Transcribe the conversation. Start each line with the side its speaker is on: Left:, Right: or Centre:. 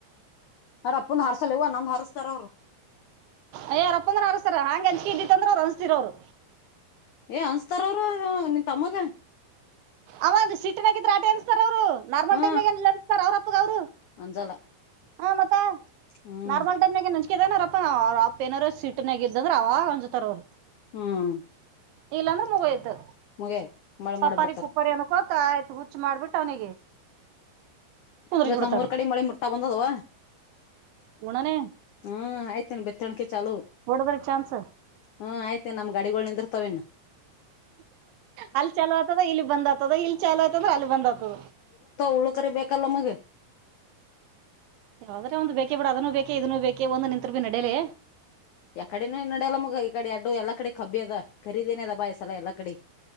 Left: ಅರ ಅಪ್ಪನ ಹಾರಸಲ್ಲ ಇವ ಅನ್ನಂದ್ ಹಾರಸ್ತಾರ ಅವರು..
Right: ಅಯ್ಯಾರಪ್ಪ ಅಂದ್ರ ಅನಸ್ತಾರ ಹಾಂಗೆ ಅಂಚ್ಕೆ ಇದ್ದಿತ್ತ ಅಂದ್ರ ಅವ್ ಅನ್ಸ್ತಿೀರ ಅವ್ರು..
Left: ಏ ಅನ್ಸ್ತಾರ ಅವರು ನಿನ್ ತಮ್ಮಗ..
Right: ಅ ಸಿಟ್ನಾಗಿದ್ರೆ ಆ ಟೆ ಅನ್ಸ್ತಾರ ಅವ್ರು ನಾರ್ಮಲ್
Left: ಹಾ
Right: ಟೈಮ್ ಅಸ್ತಾರ ಅವ್ರಪ್ಪಗ ಅವರು..
Left: ಅಂಜಲ್ಲ
Right: ಹಾ ಮತ್ತ
Left: ಹ್ಮ್
Right: ನಾರ್ಮಲ್ ಟೈಮ್.. ನಾರಪ್ಪ ಅವ ಅಪ್ಪ ಏನಾರ ಸೀಟ್ನಾಗ ಇದ್ದಂದ್ರ ಅವಾಗ ಅಂಜತಾರ ಅವ್ರು
Left: ಹ್ಮ್
Right: ಇಲ್ಲಾಂದ್ರೆ ಮುಗಯ್ತು
Left: ಮುಗಿಯತ್ ಮಳೆ ಮಾಡಿ
Right: ಪಪಾರಿ
Left: ಬಿಡ್ತಾರ
Right: ಪುಪ್ಪಾರಿ ಅನ್ಕ ಆಯ್ತು ಹುಚ್ಚು ಮಾಡ್ಬಿಟ್ಟ ಅವನಿಗೆ ಕುಂದ್ರಿಸಿ
Left: ಇವತ್
Right: ಬಿಡ್ತಾರ
Left: ನಮ್ಮ್ ಮೂರ್ ಕಡೆ ಮಳಿ ಮುಟ್ಟ ಬಂದದುವ
Right: ನನೆ
Left: ಹ್ಮ್ ಆಯ್ತೇನೆ ಬೆತ್ತಣಕೆ ಚಾಲು
Right: ಹೊಡದ್ರ ಚಾನ್ಸ್
Left: ಹ್ಮ್ ಆಯ್ತೇನ್ ನಮ ಗಾಡಿಗಳ ನಿಿಂದ್ರ ಮುತವೆನ್
Right: ಅಲ್ಲಿ ಚಲೋ ಆಯತದ ಇಲ್ಲಿ ಬಂದ್ ಆತದ ಇಲ್ ಚಲೋ ಆಯತದ್ರೆ ಅಲ್ಲಿ ಬಂದ್ ಆತದ
Left: ಹಳಕರಿ ಬೇಕಲ್ಲ ಮಗೆ
Right: ಯಾವದ್ರೆ ಒಂದು ಬೇಕೇ ಬಿಡ ಅದನೂ ಬೇಕೇ ಇದನ್ನು ಬೇಕೇ ಒಂದ್ ನಿತ್ರು ಭೀ ನಡಲೇ
Left: ಯಕ ಕಡೆನು ನಡಲ್ಲ ಮಗ ಈ ಕಡೆ ಅಡ್ಡು ಎಲ್ಲ ಕಡೆ ಕಬ್ಬಿ ಅದ ಖರೀದೇನೆ ಅದ ಬಾಯ್ಲ ಎಲ್ಲಾ ಕಡೆ..